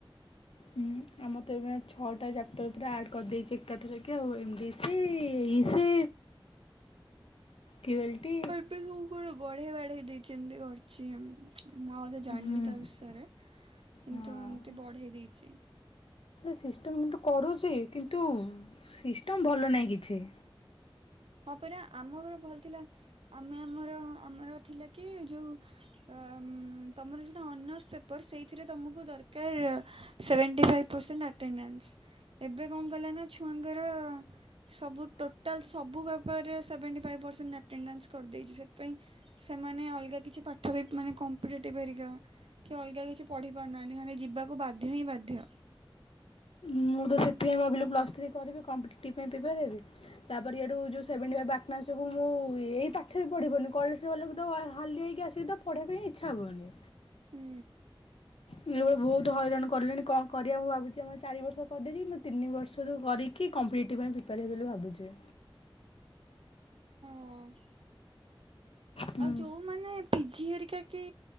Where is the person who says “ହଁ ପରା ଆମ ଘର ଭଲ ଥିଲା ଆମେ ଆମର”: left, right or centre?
Right